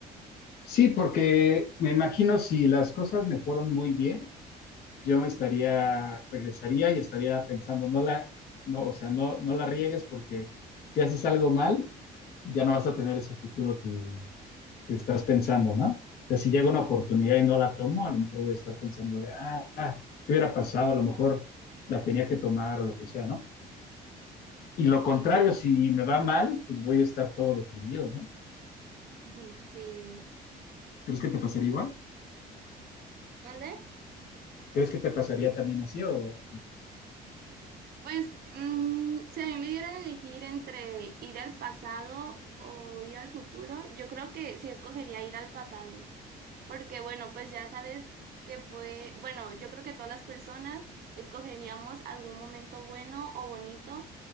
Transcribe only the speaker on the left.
Sí, porque me imagino si las cosas me fueron muy bien, yo me estaría, regresaría y estaría pensando, no la, no, o sea, no, no la riegues porque si haces algo mal, ya no vas a tener ese futuro que, que estás pensando, ¿no? O sea, si llega una oportunidad y no la tomo, a lo mejor voy a estar pensando de, ah, ¿qué hubiera pasado? A lo mejor la tenía que tomar o lo que sea, ¿no? Y lo contrario, si me va mal, pues voy a estar todo deprimido, ¿no?
¿Crees que te pasaría igual?
¿Crees que te pasaría también así? O,